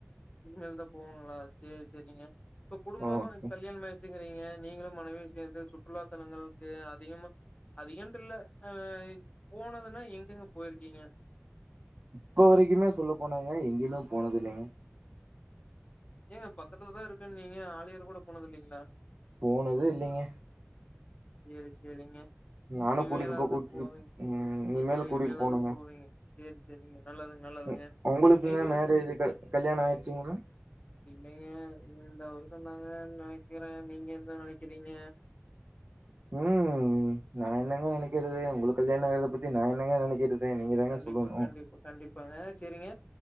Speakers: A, on the left (about 30°); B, on the right (about 45°).
A: இனிமேல தான் போகணுங்களா சேரி சேரிங்க இப்ப குடும்பமா
B: ஓகே.
A: கல்யாணம் மாயிருச்சிங்கிறீங்க நீங்களும் மனைவியு சேந்து சுற்றுலா தலங்களுக்கு அதிகமா அதிகண்ட்டு இல்ல அ போனதுன்னா எங்கெங்க போயிருக்கீங்க
B: இப்ப வரைக்குமே சொல்ல போனாங்க எங்கியுமே போனதுல்ல
A: ஏங்க பக்கத்துல தான் இருக்குன்னீங்க ஆலியர் கூட போனது இல்லிங்களா
B: போனதே இல்லீங்க
A: சேரி சேரிங்க
B: நானு
A: இனிமேலாவது
B: கூட்டிட்டு போ கூட்டிட்டு
A: போவிங்க
B: ம் இனிமேல்
A: நீங்களும்
B: கூட்டிட்டு
A: இனிமேலாவது
B: போணுங்க
A: போவீங்க சேரி சேரிங்க நல்லது நல்லதுங்க
B: உ- உங்களுக்குங்க
A: நீங்களும்
B: மேரேஜ் கல்யாணம் ஆயிருச்சுங்களா
A: இல்லைங்க இந்த வருஷம் தாங்க நெனைக்கிறேன் நீங்க என்ன நெனைக்கிறீங்க
B: ம் நா என்னங்க நெனைக்கிறது உங்குளுக்கு கல்யாண ஆகரத பத்தி நா என்னங்க நெனைக்கிறது நீங்க தாங்க
A: கண்டிப்பா
B: சொல்லணு
A: கண்டிப்பா கண்டிப்பாங்க சரிங்க